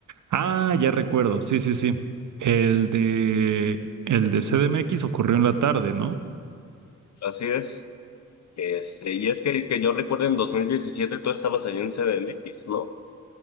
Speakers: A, on the right; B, on the left.
A: Ah, ya recuerdo, sí, sí, sí. El de, el de CDMX ocurrió en la tarde, ¿no?
B: Así es. Este, y es que, que yo recuerdo en 2017 tú estabas allí en C D M X ¿no?